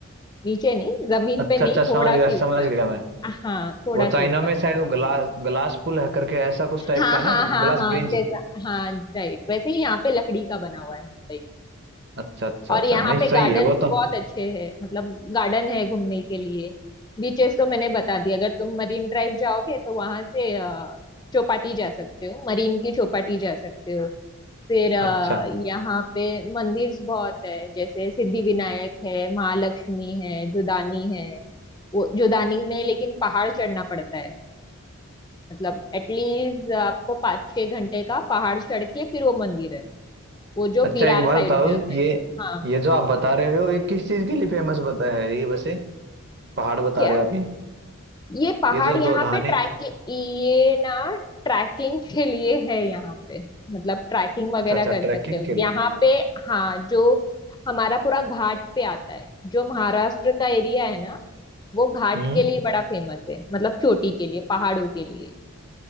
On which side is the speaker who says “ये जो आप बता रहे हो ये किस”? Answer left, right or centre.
Right